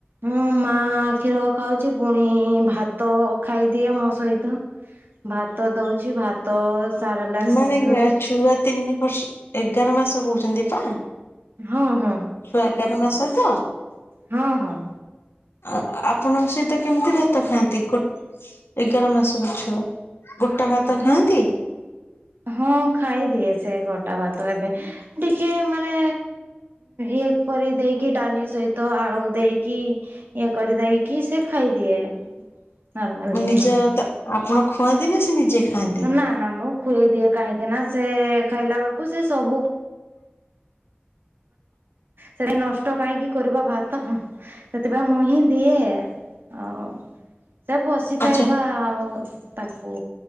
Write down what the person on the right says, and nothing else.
ହଁ ମା କ୍ଷୀର ଖାଉଛି ପୁଣି ଭାତ ଖାଇଦିଅ ମୋ ସହିତ। ଭାତ ଦଉଛି ଭାତ ସାରଲାକ୍ସ
ହଁ ହଁ
ହଁ ହଁ।
ହଁ
ହଁ ଖାଇଦିଏ ସେ ଗୋଟା ଭାତ ଏବେ ଟିକେ ମାନେ ଇଏ କରି ଦେଇକି ଡାଲି ସହିତ ଆଳୁ ଦେଇକି ଇଏ କରିଦେଇକି ସେ ଖାଇଦିଏ। ନର୍ମାଲି
ହଁ।
ନା ନା ମୁଁ ଖୁଆଇ ଦିଏ କାହିଁକି ନା ସେ ଖାଇଲା ବେଳକୁ ସେ ସବୁ ସେଟା ନଷ୍ଟ କାହିଁକି କରିବା ଭାତ ସେଥିପାଇଁ ମୁଁ ହିଁ ଦିଏ ଆଉ ସେ ବସିଥାଏ
ବା ଆଉ ତାକୁ